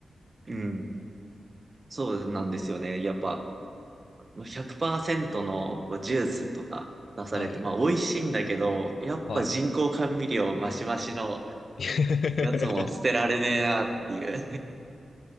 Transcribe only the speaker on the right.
うん。<laughs> そうなんですよね。やっぱ、100%のこうジュースとか出されて、
まあ、美味しいんだけど、やっぱ人工甘味料マシマシの
やつも捨てられねえな、っていう。